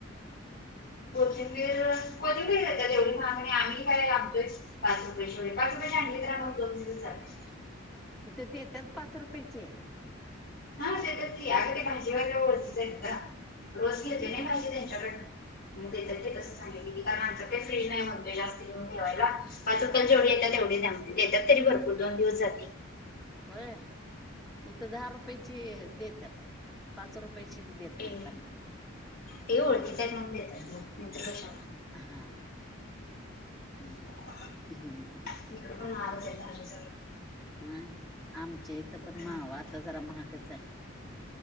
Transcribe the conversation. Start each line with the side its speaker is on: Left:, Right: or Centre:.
Left: कोथिंबीर कधीं बीर येते तेवढी मागणी आम्हीं कायं आमचं पांच रूपयांची पांच रुपयाचि जरी आनली तरी आम्हांला दोन दिवसं जाते
Centre: तिथं देतांत पांच रुपयाेची आहे
Left: हां ते तरं ती अगं ते भाजी वगैरें ओळखीच आहे रोजं घेते
Centre: हा
Left: नां भाजी त्यांच्याकडूंन त्यांचं ते तसं सांगितले कारणं आमच्या कडे फ्रीज नाहीं म्हणतोय जास्तं म्हटलं ठेवांयला पांच रुपयाला
Centre: हा
Left: जेवढे येतांत तेवढी दे देतांत तरी भरंपूर दोन दिवसं जातील
Centre: होयं इथं दहा रुपयाची देतांत पांच रुपय पैसे देतं
Left: पेंडी
Centre: नाहीं आम्हीं
Left: ते ओळखीतं म्हणूंन देतांत नाहींतरं कशांला
Centre: हां
Left: बहांल
Centre: हम्म हम्म
Left: इकडं पणं बहांलचं सांधू संत
Centre: हां आमचे इथं पणं
Left: हम्म
Centre: मांवा आंता जरां महांगच आहे